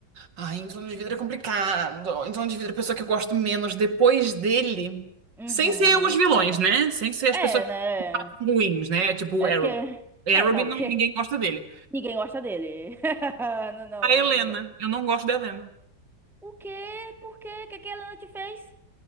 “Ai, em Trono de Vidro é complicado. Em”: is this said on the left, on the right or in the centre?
Right